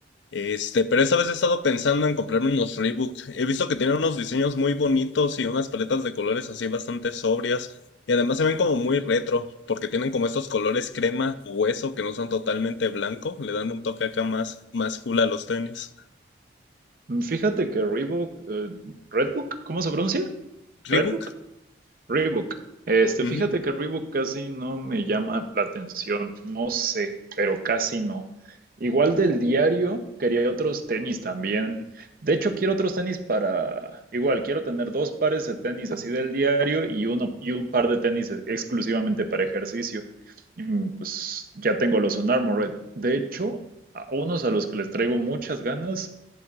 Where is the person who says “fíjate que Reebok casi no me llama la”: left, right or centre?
Right